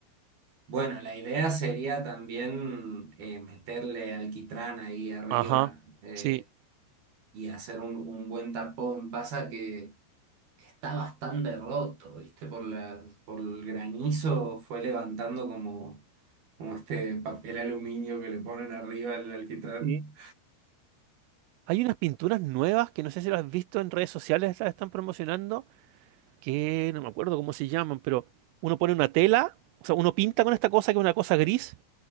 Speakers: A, on the right (about 50°); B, on the right (about 85°).
A: bueno, la idea sería también eh, meterle alquitrán ahí arriba
B: Ajá,
A: eh,
B: sí.
A: y hacer un, un buen tapón. Pasa que... está bastante roto, ¿viste? Por la, por el granizo fue levantando como, como este papel aluminio que le ponen arriba al alquitrán.
B: Sí. Hay unas pinturas nuevas que no sé si las has visto en redes sociales, las están promocionando que no me acuerdo cómo se llaman, pero uno pone una tela, o sea, uno pinta con esta cosa que es una cosa gris,